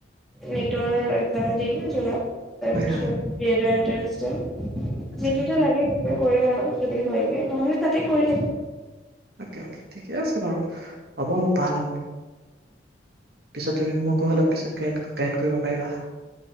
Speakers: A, in the centre; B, on the right (about 55°).
A: নেটৰ এক্জাম দিম জুনত তা
B: হয়
A: পিছত
B: হয়
A: এডণ্ট্ৰ ষ্ট
B: আচ্ছা
A: যিটোত
B: আচ্ছা
A: লাগে সেইটো কৰিম আৰু যদি হয়গৈ নহলে তাতে কৰি থাকো
B: অকে অকে ঠিকে আছে বাৰু হ'ব হ'ব ভাল হ'ব পিছত তুমি মোকো অলপ পিছত গাইড কৰিব পাৰিবা